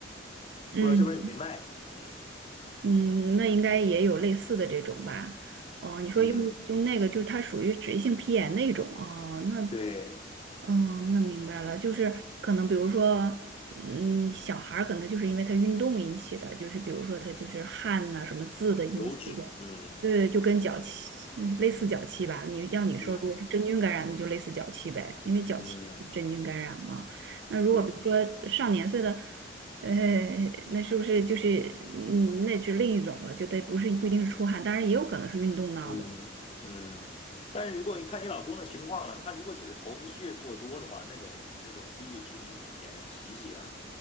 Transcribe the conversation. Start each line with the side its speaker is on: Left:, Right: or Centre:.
Right: 嗯
Left: 不知道这边有没卖的。嗯
Right: 嗯，那应该也有类似的这种吧？哦、你说用用那个，
Left: 嗯，
Right: 就是它属于脂溢性皮炎那种哦，那
Left: 对，
Right: 嗯，那明白了，就是可能比如说，嗯，小孩儿可能就是因为他运动引起的，就是比如说他就是汗呐、什么渍的引起的，
Left: 油脂，嗯
Right: 对，就跟脚气嗯类似脚气吧。你要你说如果是真菌感染，
Left: 嗯
Right: 那就类似脚气呗，因为脚气是真菌感染嘛。
Left: 嗯，
Right: 那如果比如说上年岁的，
Left: 对，
Right: 呃，那是不是就是嗯，那是另一种了，就得不是不一定是出汗，当然也有可能是运动闹的。
Left: 嗯嗯，但是如果你看你老公的情况了，他如果只是头皮屑过多的话，那种那种估计就脂溢性皮炎，洗一洗啊，